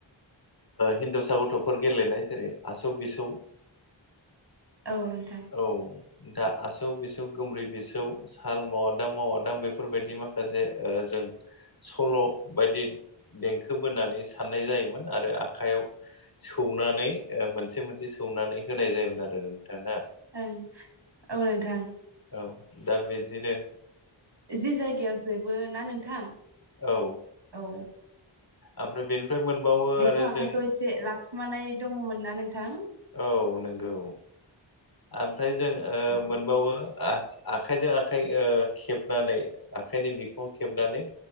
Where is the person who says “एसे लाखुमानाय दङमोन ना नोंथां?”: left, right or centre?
Right